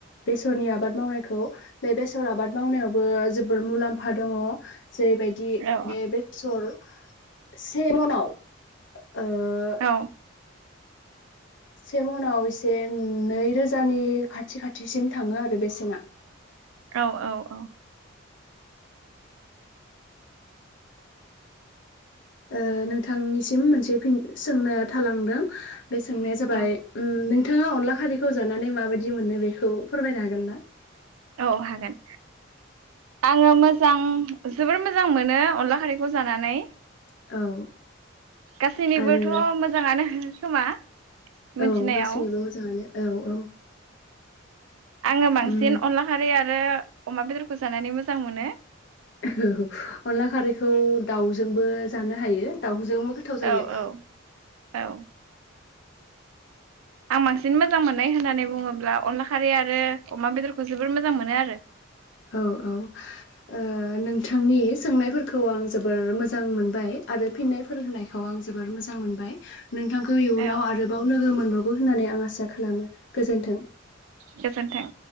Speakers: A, on the left; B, on the right.
A: बेसरनि आबाद मावनायखौ बे बेसर आबाद मावनायावबो जोबोर मुलाम फा दङ जेरैबायदि
B: औ
A: बे बेसर से मनाव ओ
B: औ
A: सेमनाव एसे नैरोजानि खाथि खाथिसिम थाङो आरो बेसेना
B: औ औ औ
A: ओ नोंथांनिसिम मोनसे फिन सोंनाया थालांदों बे सोंनाया जाबाय
B: औ
A: उम नों नोंथाङा अनला खारैखौ जानानै माबायदि मोनो बेखौ फोरमायनो हागोन ना?
B: औ हागोन आङो मोजां जोबोर मोजां मोनो अनला खारैखौ जानानै
A: औ
B: गासैनिबोथ'
A: आरो
B: मोजाङानो खोमा मिथिनायाव
A: औ गासैनिबो मोजाङानो औ औ
B: आङो बांसिन
A: उम
B: अनला खारि आरो आरो अमा बेदरखौ जानानै मोजां मोनो।
A: <unintelligible> अनला खारैखौ दाउजोंबो जानो हायो दाउ जोंबो गोथाव जायो।
B: औ औ औ आं बांसिन मोजां मोननाय होननानै बुङोब्ला अनला खारै आरो अमा बेदरखौ जोबोर मोजां मोनो आरो
A: औ औ ओ नों नोंथांनि सोंनायफोरखौ आं जोबोर मोजां मोनबाय आरो फिननायफोर होनायखौ आं जोबोर मोजां मोनबाय। नोंथांखौ इयुनाव
B: औ
A: आरोबाव लोगो मोन गोन होननानै आं आसा खालामो गोजोनथों
B: गोजोनथों